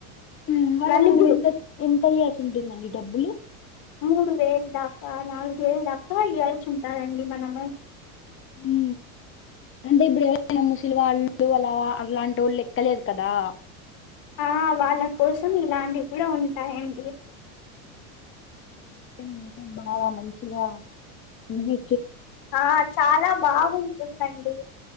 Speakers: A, on the left (about 30°); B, on the left (about 50°).
A: హు వాళ్ళకి
B: నలుగురు
A: మనమెంత ఎంత ఇయ్యచ్చు ఎంత ఉంటుందండి డబ్బులు
B: మూడు వేలు దాకా నాలుగు వేలు దాకా ఇయ్యాల్సి ఉంటారండి మనము
A: హు అంటే ఇప్పుడు ఎవరైనా ముసిలివాళ్ళు అలావా అట్లాంటోల్లు ఎక్కలేరు కదా
B: ఆ వాళ్ళ కోసం ఇలాంటివి కూడా ఉంటాయండి
A: వుంటే మీకే బాగా మంచిగా ఇవి
B: ఆ చాలా బాగుంటుందండి